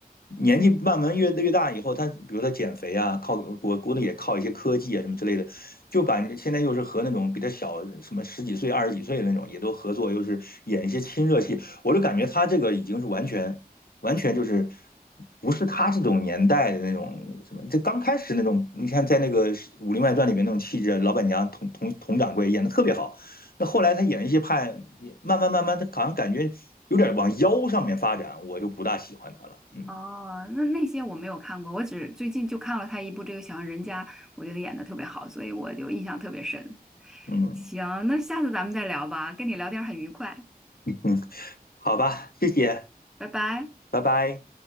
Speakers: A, on the left (about 70°); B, in the centre.
A: 年纪慢慢越越大以后，她比如她减肥啊，靠我估计也靠一些科技啊什么之类的，就把现在又是和那种比她小什么十几岁、二十几岁的那种也都合作，又是演一些亲热戏，我就感觉她这个已经是完全。完全就是不是他这种年代的那种什么，这刚开始那种，你看在那个《武林外传》里面那种气质，老板娘佟佟佟掌柜演的特别好。那后来他演一些派，慢慢慢慢，他好像感觉有点往妖上面发展，我就不大喜欢他了。嗯
B: 哦，那那些我没有看过，我只最近就看了她一部这个《小巷人家》，我觉得演的特别好，所以我就印象特别深。
A: 嗯
B: 行，那下次咱们再聊吧，跟你聊天很愉快，
A: 嗯，好吧，谢谢，
B: 拜拜。
A: 拜拜。